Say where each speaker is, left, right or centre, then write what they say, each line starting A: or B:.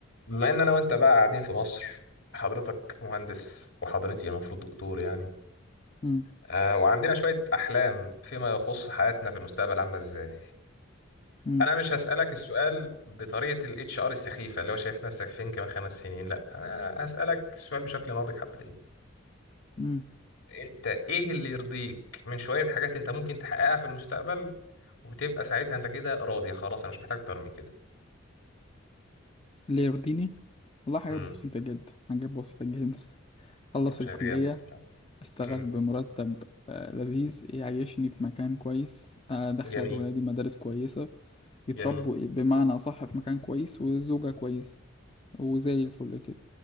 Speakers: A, on the left (about 70°); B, on the left (about 25°).
A: بما ان انا وانت بقى قاعدين في مصر حضرتك مهندس وحضرتي المفروض دكتور يعني
B: مم.
A: آه وعندنا شوية احلام فيما يخص حياتنا في المستقبل عاملة ازاي
B: مم.
A: انا مش هسألك السؤال بطريقة الاتش ار السخيفة اللي هو شايف نفسك فين كمان خمس سنين لا انا هسألك السؤال بشكل ناضج حبتين
B: مم.
A: انت ايه اللي يرضيك من شوية حاجات انت ممكن تحققها في المستقبل وتبقى ساعتها انت كده راضية خلاص انا مش محتاج اكتر من كده
B: اللي يرضيني والله حاجات
A: امم
B: بسيطة جدا حاجات بسيطة جدا <laughs> أخلص
A: يا باشا
B: الكلية
A: جامد
B: أشتغل
A: امم
B: بمرتب آه، لذيذ يعيشني في مكان كويس أدخل
A: جميل
B: ولادي مدارس كويسة يتربوا
A: جميل
B: إيه، بمعنى أصح في مكان كويس وزوجة كويسة وزي الفل كده